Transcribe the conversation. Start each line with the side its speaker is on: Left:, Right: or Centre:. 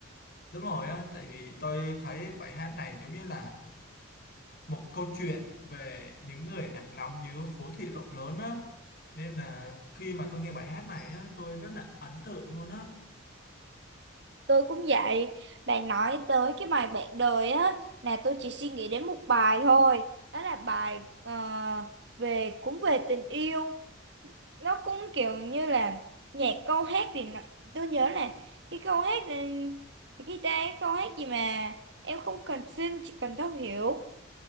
Left: Đúng rồi á, tại vì tôi thấy bài hát này giống như là một câu chuyện về những người lạc lõng giữa phố thị rộng lớn á. Nên là khi mà tôi nghe bài hát này á, tôi rất là ấn tượng luôn á.
Right: Tôi cũng vậy. Bạn nói tới cái bài Bạn đời á, là tôi chỉ suy nghĩ đến một bài thôi. Đó là bài ờ, về cũng về tình yêu. nó cũng kiểu như là nhạc câu hát thì nó- tôi nhớ là cái câu hát ừ, cái guitar cái câu hát gì mà em không cần xin chỉ cần thấu hiểu